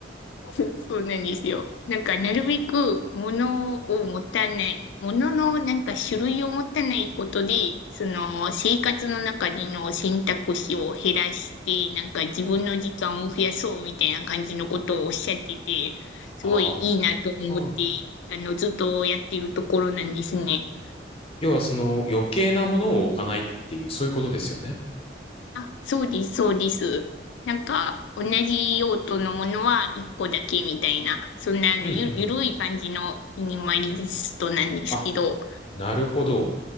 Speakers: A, on the left; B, on the left.
A: <laughs> そうなんですよ。なんか、なるべく物を持たない、物のなんか種類を持たないことで、その生活の中での選択肢を減らして、なんか自分の時間を増やそうみたいな感じのことをおっしゃってて、すごいいいなと思って、
B: ああ、
A: あの、ずっとやってるところなんですね。
B: 要はその余計なものを置かないっていう、そういうことですよね。
A: あ、そうです、そうです。なんか、同じ用途のものは1個だけみたいな、そんなあのゆ、
B: うんうんうん。
A: ゆるい感じのミニマリストなんですけど、
B: あ、なるほど。